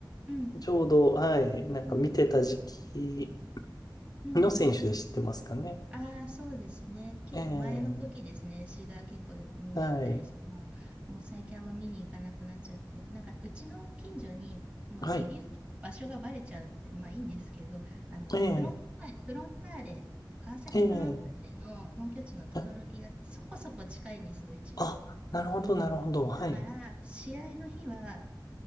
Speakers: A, on the right; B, on the left.
A: うん、うん、
B: ちょうど、はい、なんか見てた時期
A: うん、うん。
B: の選手で知ってますかね。
A: ああ、そうですね。結構前の時ですね。
B: ええ、
A: 詩が結構見に行ったりして、
B: はい、
A: もう、もう最近あんま見に行かなくなっちゃって、なんかうちの近所に、もう言言うと場所がバレちゃうって、
B: はい、
A: まあいいんですけど、あの、
B: ええ、
A: フロンター、フロンターレ、川崎フロンターレの本拠地の等々力がそこそこ近いんですよ、
B: ええ、あ、
A: うちが。
B: あなるほど、なるほど、はい、
A: だから、試合の日は、